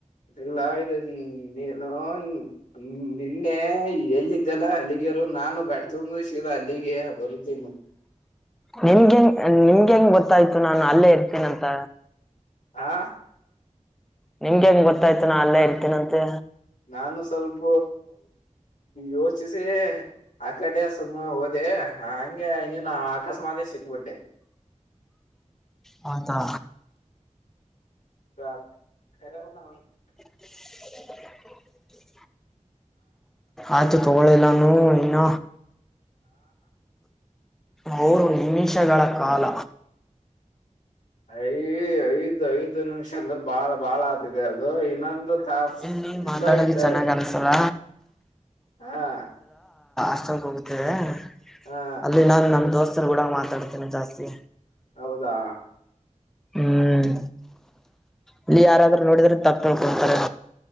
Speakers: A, on the left; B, in the centre.
A: ಈಲ್ಲ <unintelligible> ನೀ ಹ್ಮ ನಿನ್ನೆ ಎಲ್ಲಿದ್ದಲ್ಲ ಅಲ್ಲಿಗೆರು ನಾನು ಗಾಡಿ ತಂಬ ಶೀರಾ ಅಲ್ಲಿಗೆ ಬರುತೀನ್
B: ನಿಮಗೆ ಹೆಂಗ ನಿಮ್ಗೆ ಹೆಂಗ್ ಗೊತ್ತಾಯ್ತು ನಾನು ಅಲ್ಲೇ ಇರ್ತೇನ ಅಂತ
A: ಹಾ
B: ನಿಮ್ಗೆ ಹೆಂಗ್ ಗೊತ್ತಾಯ್ತು ನಾ ಎಲ್ಲಾ ಇರ್ತೇನ ಅಂತೆ
A: ನಾನು ಸ್ವಲ್ಪ ಯೋಚಿಸಿ ಆ ಕಡೆ ಸುಮ್ಮ ಹೋದೆ ಹಗೆ ಇನ್ನನು ಅಕಸ್ಮಾತ್ ಸಿಕ್ಬಿಟ್ಟೆ
B: ಹೌದಾ
A: <inaudible>
B: <inaudible> ಆಯ್ತು ತಗೊಳ್ಳಿಲ್ಲಾನ ಇನ್ನ ಅವರು ನಿಮಿಷಗಳ ಕಾಲ
A: ಐದ್ ಐದು ಐದು ನಿಮಿಷ ಅಂದ್ರ ಬಾಳ ಬಾಳ ಆತಿದೆ ಅದು ಇನ್ನೊಂದು ತಾಸ
B: ಇಲ್ಲಿ
A: ಇಲ್ಲೋ
B: ಮಾತಾಡೋದು
A: ಇದ್ದಾರ
B: ಚೆನ್ನಾಗ್
A: ಇದ್ದಾರೆ
B: ಅನ್ಸಲ್ಲ
A: ಹಾ
B: ಕಷ್ಟ <unintelligible>
A: ಹಾ
B: ಅಲ್ಲಿ ನಾನು ನನ್ ದೋಸ್ತ ಕೂಡ ಮಾತಾಡ್ತೇನೆ ಜಾಸ್ತಿ
A: ಹೌದಾ
B: ಹ್ಮ್ ಇಲ್ಲಿ ಯಾರಾದ್ರೂ ನೋಡಿದ್ರೆ ತಪ್ಪು ತಿಳ್ಕೋತಾರೆ